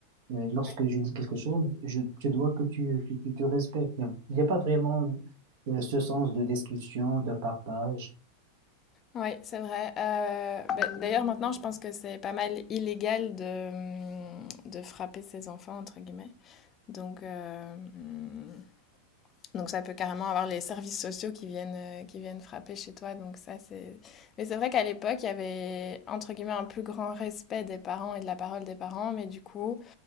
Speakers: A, on the right; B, on the left.
A: euh, lorsque
B: Ouais,
A: je dis quelque chose, je, je dois que tu, que tu, tu respectes. Il n'y a, il y a pas vraiment euh, ce sens de discussion, de partage.
B: Ouais, c'est vrai. Euh, bah, d'ailleurs, maintenant, je pense que c'est pas mal illégal de, hum, de frapper ses enfants, entre guillemets. Donc, euh, hum, donc ça peut carrément avoir les services sociaux qui viennent, euh, qui viennent frapper chez toi. Donc ça, c'est... Mais c'est vrai qu'à l'époque, il y avait, entre guillemets, un plus grand respect des parents et de la parole des parents, mais du coup,